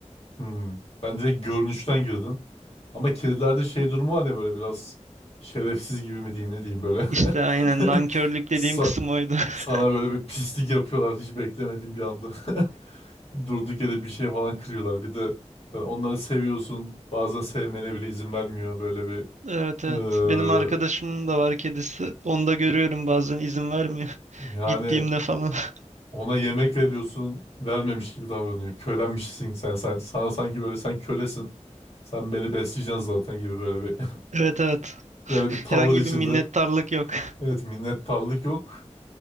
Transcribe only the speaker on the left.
Hmm. Ben direkt görünüşten girdim. Ama kedilerde şey durumu var ya böyle biraz şerefsiz gibi mi diyeyim ne diyeyim böyle.
<laughs>
Sa-
sana böyle bir pislik yapıyorlar hiç beklemediğin bir anda. <laughs> Durduk yere bir şey falan kırıyorlar. Bir de yani onları seviyorsun. Bazen sevmene bile izin vermiyor böyle bir.
Ee,
<laughs> Yani
Ona yemek veriyorsun, vermemiş gibi davranıyor. Kölenmişsin sen, sen. Sana sanki böyle sen kölesin. Sen beni besleyeceksin zaten gibi böyle bir
<laughs> böyle bir tavır
içinde.
Evet, minnettarlık yok.